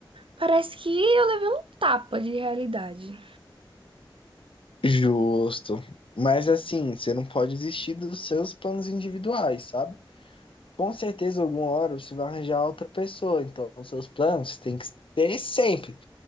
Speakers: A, on the right (about 80°); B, on the left (about 80°).
A: parece que eu levei um tapa de realidade.
B: justo. Mas assim, você não pode desistir dos seus planos individuais, sabe? Com certeza, alguma hora você vai arranjar outra pessoa. Então, os seus planos tem que ter sempre.